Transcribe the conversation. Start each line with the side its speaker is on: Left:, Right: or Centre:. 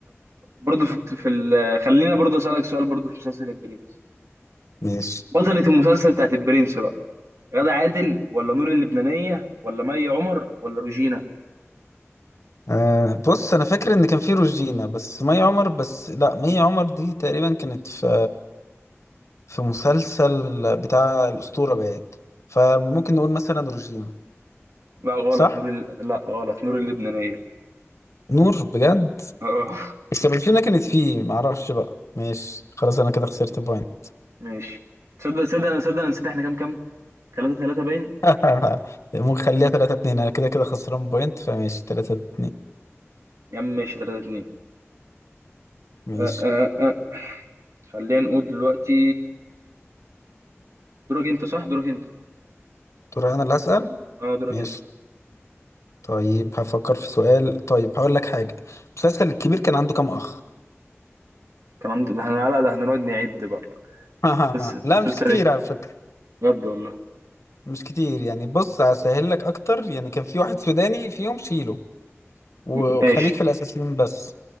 Right: برضه في, في ال... خلينا برضه اسألك سؤال برضه في مسلسل البرنس
Left: ماشي
Right: بطلة المسلسل بتاعت البرنس بقى غادة عادل ولا نور اللبنانية ولا مي عمر ولا روجينا
Left: آه بص انا فاكر ان كان في روجينا بس مي عمر بس لا مي عمر دي تقريبا كانت في في مسلسل بتاع الأسطورة بقى فممكن نقول مثلا روجينا
Right: لا غلط
Left: صح؟
Right: نور ال... لا غلط نور اللبنانية
Left: نور بجد
Right: اه
Left: بس روجينا كانت فيه معرفش بقى ماشي خلاص أنا كده خسرت بوينت
Right: ماشي تصدق تصدق انا تصدق انا نسيت احنا كام كام 3 3 باين
Left: <laughs> ممكن خليها 3 2 أنا كده كده خسران بوينت فماشي 3 2
Right: يا عم ماشي 3 2
Left: ماشي
Right: أه أه أه. خلينا نقول دلوقتي دورك انت صح دورك انت
Left: دور أنا اللي هسأل
Right: اه دورك
Left: ماشي
Right: انت
Left: طيب هفكر في سؤال طيب هقول لك حاجة المسلسل الكبير كان عنده كام أخ؟
Right: تمام ده ده احنا لا ده هنقعد نعد بقى
Left: <laughs>
Right: بس
Left: لا
Right: مسلسل
Left: مش كتير
Right: ايه
Left: على فكرة
Right: بجد والله
Left: مش كتير يعني بص هسهل لك أكتر يعني كان في واحد سوداني فيهم شيله وخليك
Right: م- ماشي
Left: في الأساسيين بس